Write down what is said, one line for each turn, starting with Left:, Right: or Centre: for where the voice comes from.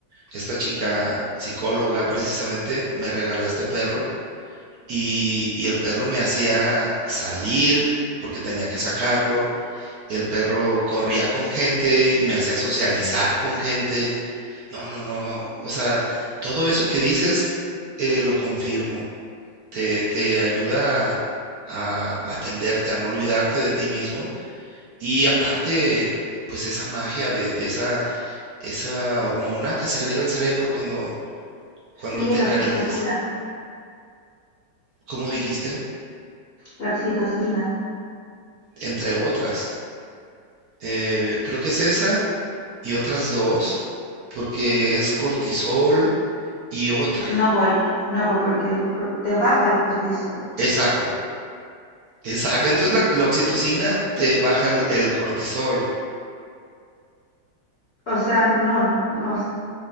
Right: esta chica psicóloga precisamente me regala este perro y, y el perro me hacía salir porque tenía que sacarlo. El perro corría con gente y me hacía socializar con gente. No, no, no. O sea, todo eso que dices eh, lo confirmo. te, te ayuda a atenderte, a no olvidarte de ti mismo. Y aparte, pues esa magia de, de esa, esa hormona que segrega el cerebro cuando, cuando
Left: Sí,
Right: te
Left: la
Right: encariñas,
Left: oxitocina,
Right: como dijiste,
Left: la oxitocina.
Right: entre otras. Eh, creo que es esa y otras dos, porque es cortisol y otra.
Left: No, pues, no, pues porque el- el cor- te baja el cortisol.
Right: Exacto, exacto. Entonces la, la oxitocina te baja el, el cortisol,
Left: O sea, no, no, no,